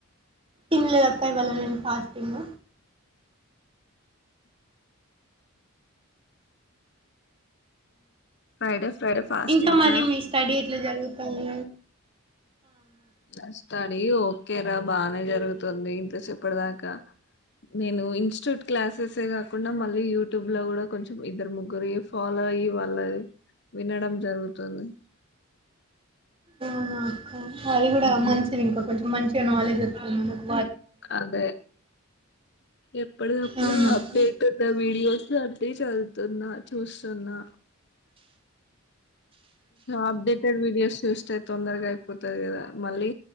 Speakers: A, on the right; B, on the left.
A: ఏం లేదక్క ఇవ్వళ నేను ఫాస్టింగ్
B: ఫ్రైడే ఫ్రైడే ఫాస్టింగ్
A: ఇంకా మరి
B: ఆ
A: మీ స్టడీ ఎట్లా జరుగుతంది
B: అ స్టడీ ఓ కేరా బాగానే జరుగుతుంది ఇంతసేపటి దాకా నేను ఇన్స్టిట్యూట్ క్లాసెసే కాకుండా మన మళ్ళీ యూట్యూబ్ లో కూడా కొంచెం ఇద్దరు ముగ్గురు ఫాలో అయ్యి వాళ్ళది వినడం జరుగుతుంది
A: అవునా అక్క అది కూడా
B: ఉమ్,
A: మంచిది ఇంకొకరికి మంచిగా నాలెడ్జ్ వస్తుంది మన
B: అదే ఎప్పడి దప్పుడు
A: అవునక్క
B: అప్డేట్ ఉన్న వీడియోస్ అ చదువుతున్నా చూస్తున్నా అప్డేటెడ్ విడియోస్ చూస్తూ తొందరగా అయిపోతది కదా మళ్ళీ